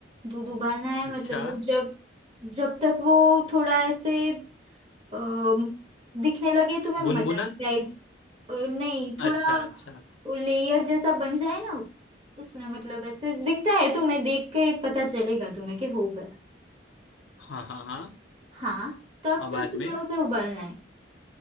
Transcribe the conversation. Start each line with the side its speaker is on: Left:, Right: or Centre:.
Right: दूध उबालना है
Left: अच्छा
Right: मतलब वो जब जब तक वो थोड़ा ऐसे अम, दिखने लगे तुम्हें
Left: बुनबुना
Right: मलाई टाइप नहीं थोड़ा
Left: अच्छा अच्छा
Right: लेयर जैसा बन जाए ना उस उसमें मतलब ऐसे दिखता है तुम्हें देख के पता चलेगा तुम्हें कि हो गया
Left: हाँ हाँ हाँ
Right: हाँ तब
Left: और बाद
Right: तक तुम्हें
Left: में
Right: उसे उबालना है